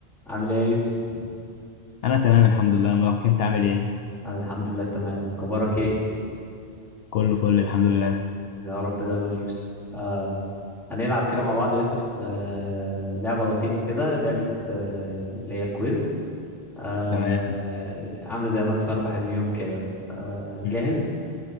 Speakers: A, in the centre; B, on the left.
A: عامل ايه يا يوسف؟
B: انا تمام الحمد لله يا مروان انت عامل ايه
A: أنا الحمد لله تمام اخبارك ايه؟
B: كله فل الحمد لله
A: يا رب دايما يا يوسف آه هنلعب كده مع بعض يا يوسف آه لعبة لطيفة كده لعبة آه اللي هي كويز آه
B: تمام
A: عاملة زي من سيربح اليوم كده آه
B: مم.
A: جاهز؟